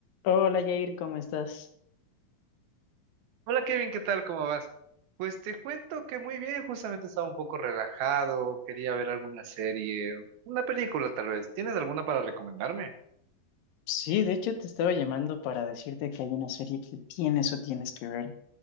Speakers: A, on the left; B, on the right.
A: Hola Jair, ¿cómo estás?
B: Hola Kevin, ¿qué tal? ¿Cómo vas? Pues te cuento que muy bien, justamente estaba un poco relajado, quería ver alguna serie, una película tal vez. ¿Tienes alguna para recomendarme?
A: Sí, de hecho te estaba llamando para decirte que hay una serie que tienes o tienes que ver.